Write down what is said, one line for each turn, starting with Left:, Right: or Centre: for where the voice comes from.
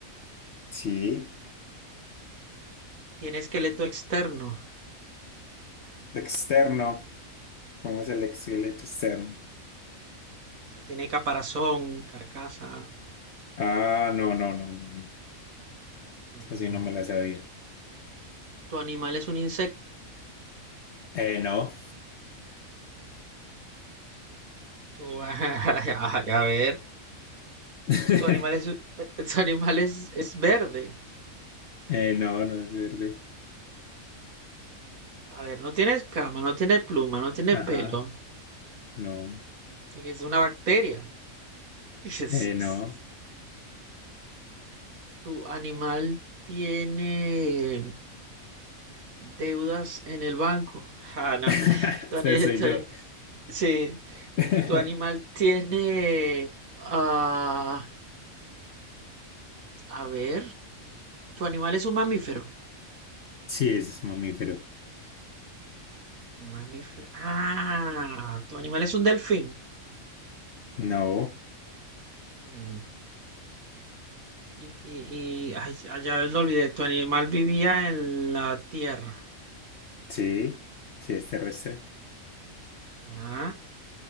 Left: sí.
Right: tiene esqueleto externo.
Left: Externo. ¿Cómo es el esqueleto externo?
Right: sea, tiene caparazón, carcasa.
Left: Ah, no, no, no, no, no.
Right: Mm,
Left: Así no me la sabía.
Right: Tu animal es un insecto.
Left: Eh, no.
Right: <laughs> Ay, A ver,
Left: <laughs>
Right: tu animal es, eh, <laughs> tu animal es, es verde.
Left: Eh, no, no es verde.
Right: A ver, no tiene escama, no tiene pluma, no tiene
Left: Ajá,
Right: pelo.
Left: no.
Right: Es una bacteria. <laughs> Es-
Left: Eh, no.
Right: es- Tu animal tiene deudas en el banco. Ah,
Left: <laughs>
Right: no.
Left: O
Right: <laughs> Tu ani-
Left: sea, soy
Right: tu
Left: yo.
Right: ani- sí,
Left: <laughs>
Right: tu animal tiene... ah, a ver, tu animal es un mamífero.
Left: Sí, es mamífero.
Right: Mamífero. Ah, tu animal es un delfín.
Left: No,
Right: Mm. Y, y, y- ay, ya ya lo olvidé. Tu animal vivía en la tierra.
Left: sí, sí es terrestre.
Right: Ah,